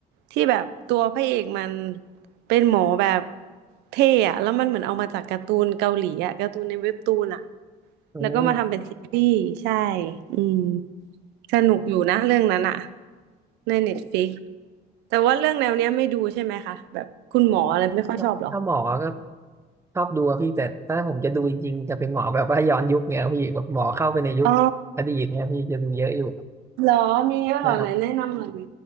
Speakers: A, on the right (about 85°); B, on the right (about 15°).
A: ที่แบบตัวพระเอกมันเป็นหมอแบบเท่อะแล้วมันเหมือนเอามาจากการ์ตูนเกาหลีอะการ์ตูนในเว็บตูนอะ
B: อืม
A: แล้วก็มาทำเป็นซีรีส์ใช่อืมสนุกอยู่นะเรื่องนั้นอะในเน็ตฟ i ิกแต่ว่าเรื่องแนวเนี้ยไม่ดูใช่ไหมคะแบบคุณหมออะไรไม่ค่อยชอบเหรอ
B: ถ้าถ้าหมอก็ชอบดูอะพี่แต่ถ้าผมจะดูจริงๆจะเป็นหมอแบบว่าย้อนยุคเงี้ยพี่แบบหมอเข้าไปในยุคอดีตเงี้ยพี่จะดูเยอะอยู่ครับ
A: อ๋อเหรอมีเยอะเหรอไหนแนะนำหน่อยดิ
B: ใช่ครับ